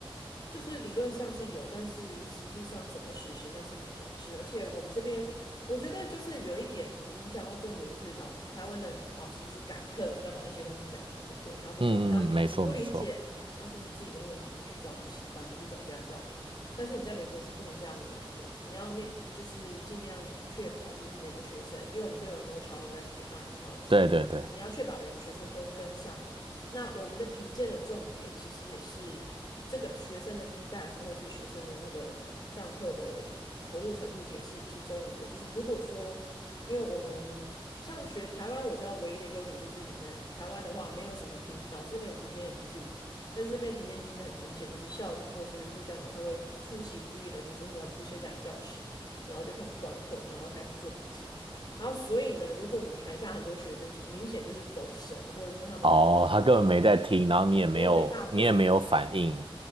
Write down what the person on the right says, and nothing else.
嗯嗯，
没错没错，
对对对。
哦，他根本没在听，然后你也没有你也没有反应，